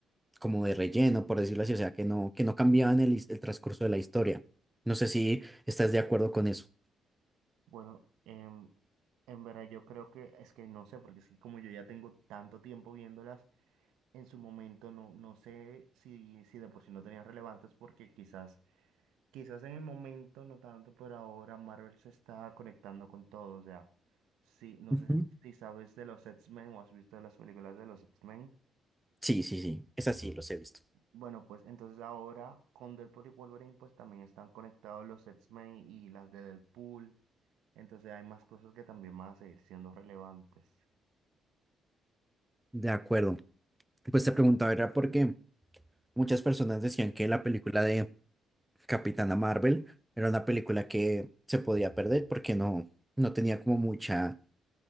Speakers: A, in the centre; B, on the right.
A: como de relleno, por decirlo así, o sea, que no, que no cambiaban el, his- el transcurso de la historia. No sé si estás de acuerdo con eso.
B: Bueno, em, en verdad yo creo que es que no sé, porque es que como yo ya tengo tanto tiempo viéndolas, en su momento no, no sé si, si de por sí no tenían relevantes, porque quizás, quizás en el momento no tanto, pero ahora Marvel se está conectando con todo. O sea, sí, no
A: Ujú.
B: sé si sabes de los X-Men o has visto las películas de los X-Men.
A: Sí, sí, sí, es así, los he visto.
B: Bueno, pues entonces ahora con Deadpool y Wolverine pues también están conectados los X-Men y las de Deadpool. Entonces hay más cosas que también van a seguir siendo relevantes.
A: De acuerdo. Pues te preguntaba, era porque muchas personas decían que la película de Capitana Marvel era una película que se podía perder porque no, no tenía como mucha